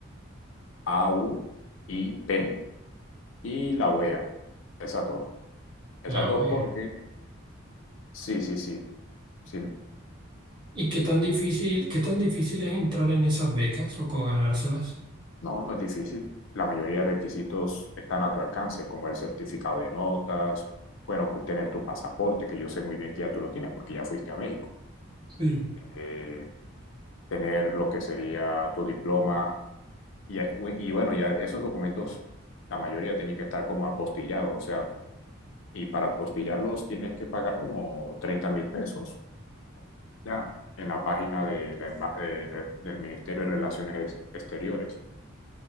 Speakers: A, on the left; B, on the right.
A: A U I P y la OEA. Esas dos. Esas
B: la
A: dos
B: OEA.
A: porque Sí, sí, sí. Sí, eh,
B: ¿Y qué tan difícil, qué tan difícil es entrar en esas becas o con ganárselas?
A: No, no es difícil. La mayoría de requisitos están a tu alcance, como el certificado de notas, bueno, cu- tener tu pasaporte, que yo sé muy bien que ya tú lo tienes porque ya fuiste a México.
B: Sí.
A: Eh, tener lo que sería tu diploma y, y bueno, ya esos documentos, la mayoría tienen que estar como apostillados, o sea, y para apostillarlos tienes que pagar como treinta mil pesos ya en la página de la emba- de re- del Ministerio de Relaciones Ex- Exteriores.